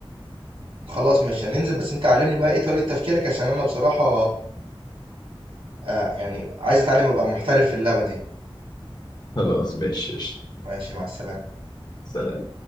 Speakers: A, on the right (about 75°); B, on the left (about 45°).
A: خلاص ماشي هننزل بس أنت علمني بقى إيه طريقة تفكيرك عشان أنا بصراحة آه يعني عايز أتعلم أبقى محترف في اللعبة دي
B: خلاص ماشي قشطة.
A: ماشي مع السلامة
B: سلام